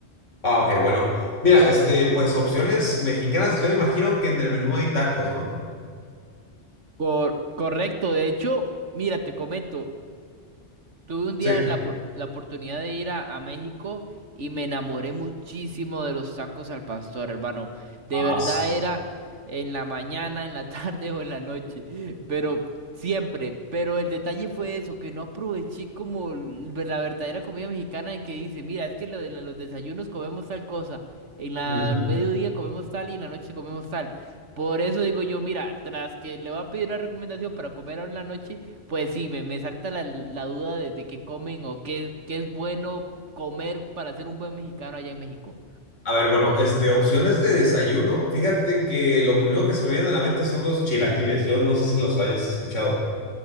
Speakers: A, on the left (about 80°); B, on the right (about 70°).
A: Ah, ok, bueno. Mira, este, pues opciones mexicanas, yo imagino que en el menú hay tacos, ¿no?
B: Cor- correcto, de hecho, mira, te comento. Tuve un día
A: Sí.
B: la, por- la oportunidad de ir a, a México y me enamoré muchísimo de los tacos al pastor, hermano. De
A: Ah,
B: verdad
A: sí.
B: era en la mañana, en la tarde <laughs> o en la noche, pero siempre. Pero el detalle fue eso, que no aproveché como l- la verdadera comida mexicana en que dice, mira, es que lo de la- los desayunos comemos tal cosa, en la
A: Ujú.
B: mediodía comemos tal y en la noche comemos tal. Por eso digo yo, mira, tras que le voy a pedir una recomendación para comer ahora en la noche. Pues sí, me, me salta la, la duda de, de qué comen o qué, qué es bueno comer para ser un buen mexicano allá en México.
A: A ver, bueno, este, opciones de desayuno, fíjate que lo primero que se me viene a la mente son los chilaquiles, yo no sé si los hayas escuchado.